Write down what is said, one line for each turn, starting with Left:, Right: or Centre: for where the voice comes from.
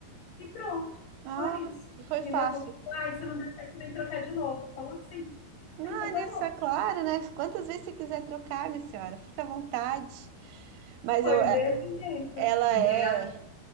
Left: e pronto. Só
Right: Ah,
Left: isso.
Right: e foi
Left: E
Right: fácil.
Left: levou. Ai, se não der certo, vem trocar de novo. Falou assim.
Right: Olha
Left: Falei, Então tá bom.
Right: só, claro, né? Quantas vezes você quiser trocar, minha senhora, fica à vontade. Mas
Left: Foi
Right: eu, eh,
Left: desse jeito.
Right: ela
Left: E
Right: é,
Left: daí ela